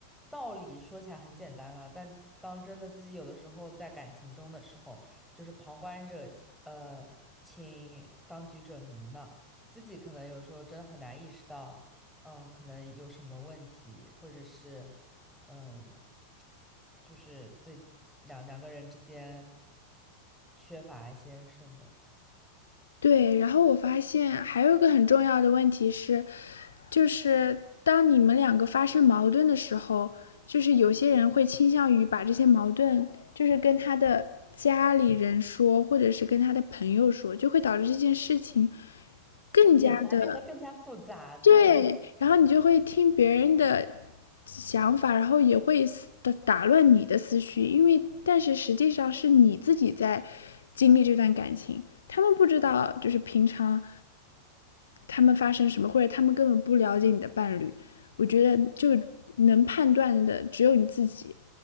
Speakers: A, in the centre; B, on the left (about 70°).
A: 道理说起来很简单了，但当真的自己有的时候在感情中的时候，就是旁观者，呃，请当局者迷嘛，自己可能有时候真的很难意识到，嗯，可能有什么问题，或者是，嗯，就是最两两个人之间缺乏一些什么，
B: 对，然后我发现还有一个很重要的问题是，就是当你们两个发生矛盾的时候，就是有些人会倾向于把这些矛盾，就是跟他的家里人说，或者是跟他的朋友说，就会导致这件事情更加的
A: 从简单变得更加复杂，对。
B: 对，然后你就会听别人的想法，然后也会思打打乱你的思绪，因为但是实际上是你自己在经历这段感情，他们不知道就是平常他们发生什么，或者他们根本不了解你的伴侣，我觉得就能判断的只有你自己。